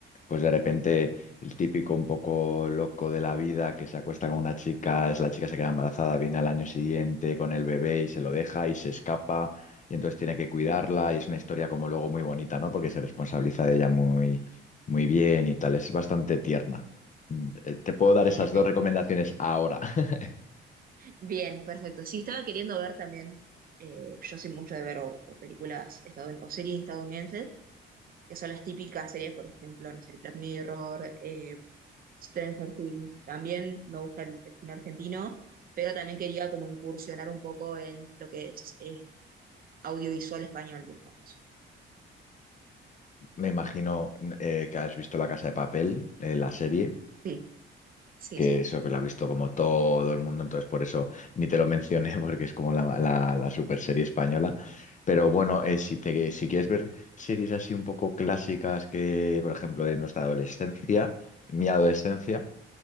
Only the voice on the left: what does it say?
Pues de repente el típico un poco loco de la vida que se acuesta con una chica, es la chica se queda embarazada, viene al año siguiente con el bebé y se lo deja y se escapa y entonces tiene que cuidarla y es una historia como luego muy bonita, ¿no? Porque se responsabiliza de ella muy, muy bien y tal, es bastante tierna. Mm, eh, Te puedo
dar esas
dos recomendaciones ahora. <laughs>
Me imagino eh, que has visto La Casa de Papel, eh, la serie,
que
eso que lo ha visto como todo el mundo, entonces por eso ni te lo mencioné <laughs> porque es como la, la, la super serie española. Pero bueno, eh, si te, si quieres ver series así un poco clásicas que, por ejemplo, de nuestra adolescencia, mi adolescencia,